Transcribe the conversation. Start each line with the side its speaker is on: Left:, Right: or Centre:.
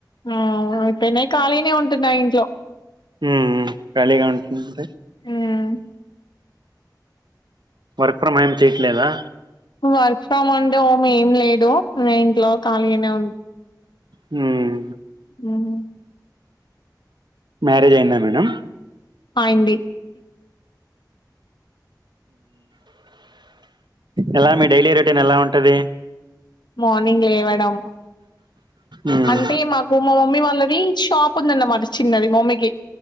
Left: ఆ అవైయిపోయినాయి ఖాళీనే ఉంటున్నా ఇంట్లో
Right: మ్మ్ మ్మ్ ఖాళీగా ఉంటుంద
Left: మ్మ్
Right: వర్క్ ఫ్రమ్ ఏం చేయట్లేదా
Left: వర్క్ ఫ్రమ్ అండ్ హోమ్ ఏం లేదు న ఇంట్లో ఖాళీగానే ఉం
Right: హ్మ్
Left: మ్మ్
Right: మ్యారేజ్ అయింద మేడం
Left: అయింది
Right: ఎలా మీ డైలీ రొటీన్ ఎలా ఉంటది
Left: మార్నింగ్ లేవడం
Right: ఉమ్
Left: అంటే మాకు మా మమ్మీ వాళ్ళది షాప్ ఉందన్నమాట చిన్నది మమ్మకి